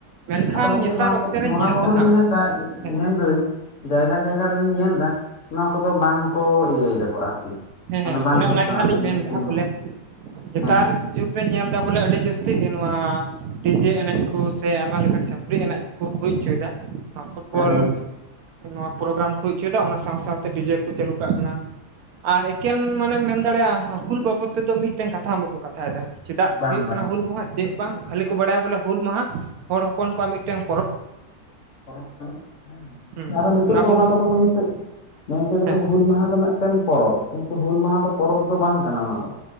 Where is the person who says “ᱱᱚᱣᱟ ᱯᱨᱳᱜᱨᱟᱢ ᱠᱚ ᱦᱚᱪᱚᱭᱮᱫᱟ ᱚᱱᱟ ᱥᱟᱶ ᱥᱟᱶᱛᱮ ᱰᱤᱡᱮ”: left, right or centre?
Right